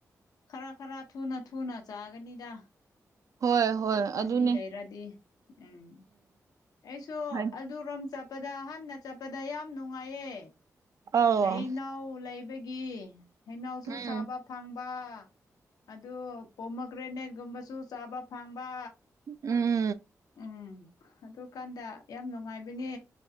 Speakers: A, on the left; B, on the right.
A: ꯈꯔ ꯈꯔ ꯊꯨꯅ ꯊꯨꯅ ꯆꯥꯒꯅꯤꯗ
B: ꯍꯣꯏ ꯍꯣꯏ
A: ꯎꯄꯥꯝꯕꯤ
B: ꯑꯗꯨꯅꯦ
A: ꯂꯩꯔꯗꯤ ꯎꯝ ꯑꯩꯁꯨ
B: ꯍꯥꯏ
A: ꯑꯗꯨꯔꯣꯝ ꯆꯠꯄꯗ ꯍꯍꯟꯅ ꯆꯠꯄꯗ ꯌꯥꯝ ꯅꯨꯡꯉꯥꯏꯌꯦ
B: ꯑꯧ
A: ꯍꯅꯥꯎ ꯂꯩꯕꯒꯤ ꯍꯩꯩꯅꯎꯁꯨ
B: ꯎꯝ
A: ꯁꯥꯕ ꯐꯪꯕ ꯑꯗꯨ ꯄꯣꯃꯣ ꯒ꯭ꯔꯦꯅꯦꯠꯀꯨꯝꯕꯁꯨ ꯆꯥꯕ ꯐꯪꯕ
B: ꯎꯝ
A: ꯎꯝ ꯑꯗꯨ ꯀꯥꯟꯗ ꯌꯥꯝ ꯅꯨꯡꯉꯥꯏꯕꯅꯦ